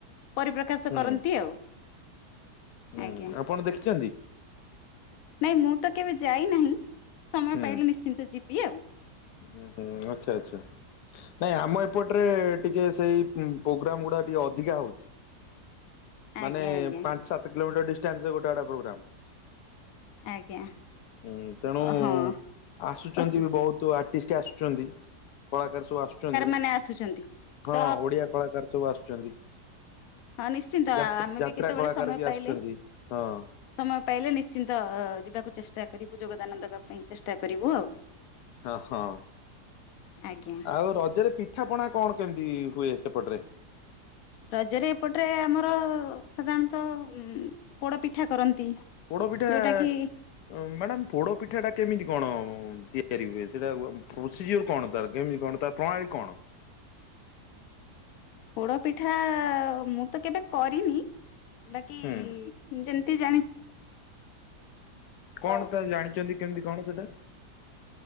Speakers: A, on the left; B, on the left.
A: ପରିପ୍ରକାଶ
B: ହୁଁ
A: କରନ୍ତି ଆଉ।
B: ହୁଁ
A: ଆଜ୍ଞା
B: ଆପଣ ଦେଖିଛନ୍ତି?
A: ନାଇଁ ମୁଁ ତ କେବେ ଯାଇ ନାହିଁ ସମୟ
B: ହୁଁ
A: ପାଇଲେ ନିଶ୍ଚିନ୍ତ ଯିବି ଆଉ।
B: ହୁଁ ହୁଁ ଆଚ୍ଛା ଆଚ୍ଛା। ନାଇଁ ଆମ ଏପଟରେ ଟିକେ ସେଇ ପ୍ରୋଗ୍ରାମ୍ ଗୁଡ଼ା ଟିକେ ଅଧିକା ହେଉଛି। ମାନେ
A: ଆଜ୍ଞା ଆଜ୍ଞା
B: ପାଞ୍ଚ ସାତ କିଲୋମିଟର ଡିସଟାନ୍ସରେ ଗୋଟେ ଆଡେ ପ୍ରୋଗ୍ରାମ।
A: ଆଜ୍ଞା।
B: ହଁ ତେଣୁ
A: ହଁ
B: ଆସୁଛନ୍ତି
A: ଓ
B: ବି ବହୁତ ଆର୍ଟିଷ୍ଟ ଆସୁଛନ୍ତି କଳାକାର ଆସଛନ୍ତି
A: ମାନେ ଆସୁଛନ୍ତି।
B: ହଁ
A: ତ
B: ଓଡିଆ କଳାକାର ସବୁ ଆସୁଛନ୍ତି।
A: ହଁ ନିଶ୍ଚିନ୍ତ
B: ଯାତ୍ରା
A: ଆମେ
B: ଯାତ୍ରା
A: ବି କେତେବେଳେ
B: କଳାକାର
A: ସମୟ
B: ବି
A: ପାଇଲେ
B: ଆସୁଛନ୍ତି ହଁ
A: ସମୟ ପାଇଲେ ନିଶ୍ଚିନ୍ତ ଯିବାକୁ ଚେଷ୍ଟା କରିବୁ ଯୋଗଦାନ ଦବା ପାଇଁ ଚେଷ୍ଟା କରିବୁ ଆଉ।
B: ହ ହଁ
A: ଆଜ୍ଞା
B: ଆଉ ରଜରେ ପି ପିଠାପଣା କଣ କେମିତି ହୁଏ ସେପଟରେ?
A: ରଜରେ ଏପଟରେ ଆମର ସାଧାରଣତଃ ଉଁ ପୋଡ ପିଠା କରନ୍ତି।
B: ପୋଡ ପିଠା ମ୍ୟାଡ଼ାାମ
A: ଯୋଉଟା କି
B: ପୋଡ ପିଠାଟା କେମିତି କଣ ତିଆରି ହୁଏ ସେଇଟା ପ୍ରୋସିଜର କଣ ତାର କେମିତି କଣ ତା ପ୍ରଣାଳୀ କଣ?
A: ପୋଡ ପିଠା ମୁଁ ତ କେବେ କରିନି ବାକି
B: ହୁଁ
A: ଯେମ ତି ଜାଣି
B: କଣ
A: ହଁ
B: ତାର ଜାଣିଛନ୍ତି? କେମତି କଣ ସେଟା।